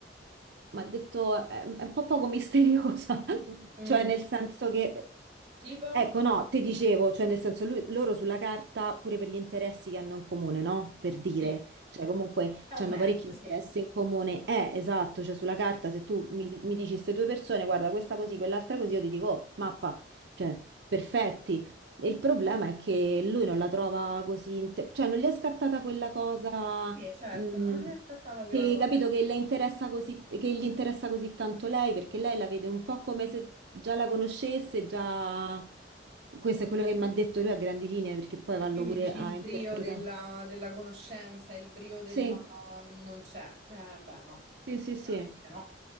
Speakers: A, on the right; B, on the right.
A: mi ha detto, è, è un po' poco misteriosa, <laughs>
B: Mm.
A: cioè nel senso che,
B: Tipo?
A: ecco, no, te dicevo, cioè nel senso lui- loro sulla carta, pure per gli interessi che hanno in comune, no? Per dire.
B: Sì,
A: Cioè, comunque
B: è un
A: hanno
B: match,
A: parecchi interessi
B: sì.
A: in comune. Eh, esatto, cioè sulla carta se tu mi, mi dici queste due persone, guarda, questa così, quell'altra così, io ti dico, oh, mappa, cioè, perfetti. E il problema è che lui non la trova così, inte- cioè non gli è scattata quella cosa,
B: Sì, certo,
A: mh,
B: non è scattata quella
A: che
B: cosa.
A: capito
B: in
A: che
B: più.
A: le interessa così, che gli interessa così tanto lei, perché lei la vede un po' come se già la conoscesse, già... Questo è quello che mi ha detto lui a grandi linee, perché poi
B: E
A: vallo
B: quindi
A: pure
B: dici
A: a
B: il
A: interpretare.
B: brio della, della conoscenza, il brio della...
A: Sì.
B: mm, non c'è. Eh, beh, no,
A: Sì, sì,
B: chiaramente
A: sì,
B: no.